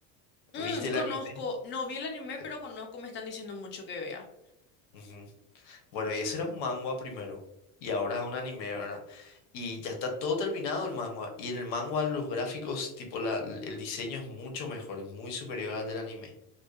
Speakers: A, on the left; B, on the left.
A: Mm,
B: ¿viste el
A: conozco,
B: anime?
A: no vi el anime,
B: Sí.
A: pero conozco, me están diciendo mucho que vea.
B: Ujú. Bueno, y ese era un manga primero, y ahora es un anime, ¿verdad? Y ya está todo terminado el manga, y en el manga los gráficos, tipo la, el diseño es mucho mejor, es muy superior al del anime.